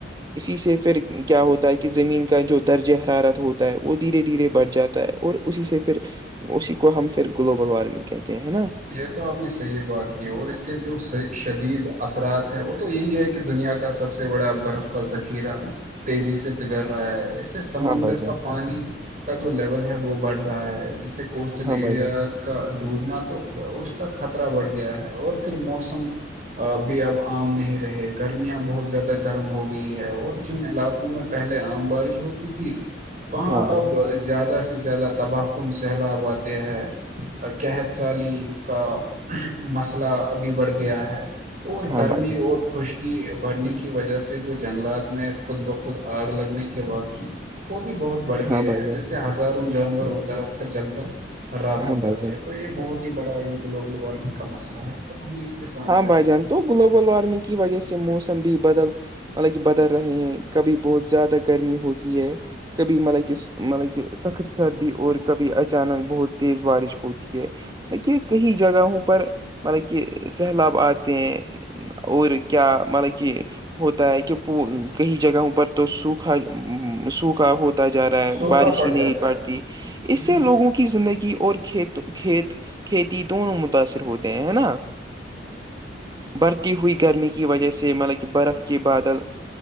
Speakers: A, on the right (about 20°); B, on the right (about 45°).
A: اسی سے پھر کیا ہوتا ہے کہ زمین کا جو درج حرارت ہوتا ہے وہ دھیرے دھیرے بڑھ جاتا ہے اور اسی سے پھر اسی کو ہم پھر گلوبل وارمنگ کہتے ہیں نا
B: یہ تو آپ نے صحیح بات کی اور اس کے جو شدید اثرات ہے وہ تو یہی ہے کہ دنیا کا سب سے بڑا برف کا ذخیرہ تیزی سے پگڑ رہا ہے سے سمندر
A: ہاں بھائی جان
B: کا پانی کا جو لیول ہے وہ بڑھ رہا ہے جیسے کوسٹل
A: ہاں
B: ایریاز
A: بھائی جان
B: کا ڈوبنا تو اس کا خطرہ بڑھ گیا ہے اور پھر موسم اب بھی اب عام نہیں رہے گرمیاں بہت زیادہ گرم ہو گئی ہے اور جن علاق پہلے عام بارش ہوتی تھی وہاں
A: ہاں بھائی
B: اب
A: جان
B: زیادہ سے زیادہ تباہ کن سیلاب آتے ہیں قحت سالی کا مسئلہ ابھی بڑھ گیا ہے اور
A: ہاں
B: گرمی
A: بھائی جان
B: اور خشک کی بڑنے کی وجہ سے جو جنگلات میں خود بخود آگ لگنے کے واق کی وہ بھی بہت بڑھ گیا
A: ہاں بھائی
B: ہے
A: جان
B: جس سے ہزاروں جانور اور درخت جل کر راخ
A: ہاں
B: ہو جاتے
A: بھائی جان
B: ہے تو یہ بہت ہی بڑا یہ گلوبل وارمنگ کا مسئلہ ہے تو ہمیں اس پہ کام
A: ہاں
B: کرنا
A: بھائی جان
B: چاہیے
A: تو گلوبل وارمنگ کی وجہ سے موسم بھی بدل مطلب کہ بدل رہے ہیں کبھی بہت زیادہ گرمی ہوتی ہے کبھی مطلب کہ مطلب کہ سخت سردی اور کبھی اچانک بہت تیز بارش ہوتی ہے دے کئی جگہوں پر مطلب کہ سہلاب آتے ہیں اور کیا مطلب کہ ہوتا ہے کہ کئی جگہوں پر تو سوکھا سوکھ ہوتا جا رہا ہے
B: سوکھا
A: بارش
B: پڑ
A: ہی نہیں
B: جاتا
A: پڑتی
B: ہے
A: اس
B: ہوں،
A: سے لوگوں کو کی زندگی اور کھیت کھیت کھیتی دونوں متاثر ہوتے ہیں ہے نا بڑھتی ہوئی گرمی کی وجہ سے مطلب کہ برف کے بادل